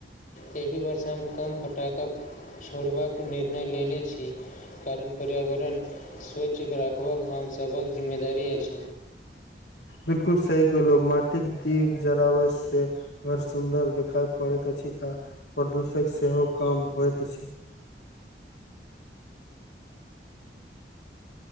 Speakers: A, on the left; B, on the left.
A: एहि वर्ष हम कम फटाका छोड़बाक निर्णय लेने छ कारण पर्यावरण स्वच्छ राखबाक हमसभक जिम्मेदारी अछ
B: बिलकुल सही कहलो माटिके दीप जरावर स घर सुन्दर देखाय पड़ैत अछि आ प्रदूषक सेहो कम होइत अछ